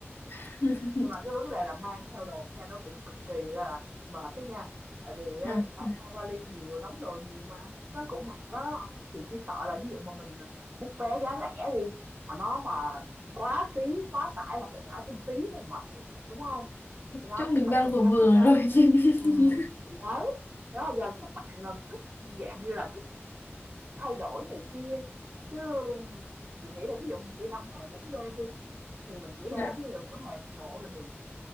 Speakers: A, on the left; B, on the right.
A: <laughs>
B: nhưng mà cái vấn đề là mang theo đồ theo nó cũng cực kỳ là mệt đó nha tại vì á,
A: Trời.
B: phải
A: ơi.
B: mang vali nhiều đóng đồ nhiều mà nó cũng nặng đó chị chỉ sợ là ví dụ mà mình bút vé giá rẻ đi mà nó mà quá ký quá tải là phải trả thêm phí rồi mệt chứ, đúng không thì đó
A: chắc
B: cũng
A: mình
B: phải
A: đang
B: cân
A: vừa
B: nhắc
A: vừa
B: đó nha
A: thôi <laughs>
B: ừ, thì đấy đó là do các bạn um, thích dạng như là thích thay đổi này kia chứ chị nghĩ là ví dụ mình đi 5 ngày 4 đêm đi thì mình chỉ
A: dạ
B: đem cái mỗi ngày một bộ là được